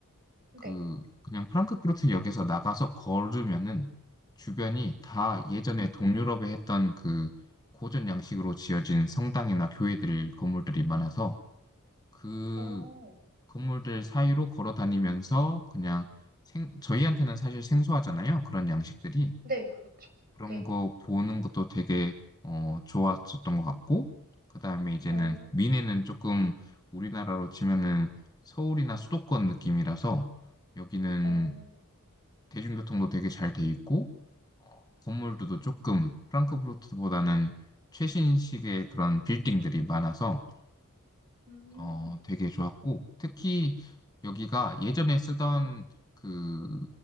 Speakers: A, on the right; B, on the left.
A: 네.
B: 그 그냥 프랑크푸르트 역에서 나가서 걸으면은 주변이 다
A: 어,
B: 예전에 동유럽에 했던 그 고전 양식으로 지어진 성당이나 교회들 건물들이 많아서 그
A: 어,
B: 건물들 사이로 걸어 다니면서 그냥 생, 저희한테는 사실 생소하잖아요. 그런 양식들이.
A: 네, 그렇죠.
B: 그런
A: 네.
B: 거 보는 것도 되게 어, 좋았었던 것 같고, 그 다음에 이제는
A: 어,
B: 미네는 조금 우리나라로 치면은 서울이나 수도권 느낌이라서 여기는
A: 어,
B: 대중교통도 되게 잘 돼 있고, 건물들도
A: 음,
B: 조금 프랑크푸르트보다는 최신식의 그런 빌딩들이 많아서
A: 음.
B: 어, 되게 좋았고, 특히 여기가 예전에 쓰던 그